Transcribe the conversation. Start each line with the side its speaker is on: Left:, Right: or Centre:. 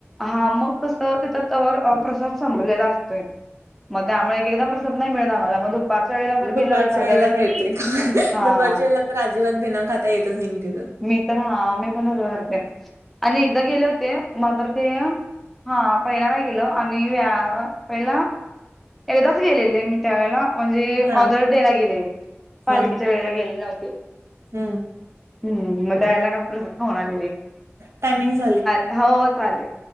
Centre: हा मग कसं तिथं तवर प्रसाद संपलेला असतोय मग त्यामुळे एक एकदा प्रसाद नाही मिळत आम्हाला मग दुपारच्या वेळेला जर
Right: दुपारच्या
Centre: गेलोय एक अर्ध्या
Right: वेळेला
Centre: वेळेस
Right: मिळतोय दुपारच्या
Centre: हा
Right: वेळेला तर अजिबात बिना खाता येतच नाही मी तिथून
Centre: मी तर हा मी पण तसच करते आणि एकदा गेले होते मात्र ते हा पहिला काय केलं आम्ही <unintelligible> पहिला एकदाच गेलेले मी. त्यावेळेला म्हणजे <unintelligible>
Right: हा
Centre: <unintelligible> गेलेले पालखीच्या
Right: हा
Centre: वेळेला गेलेले नव्हते.
Right: हम्म
Centre: हं मग द्यायला का प्रसाद खाऊन आलेली.
Right: टायमिंग झाली.
Centre: हो हो चालेल.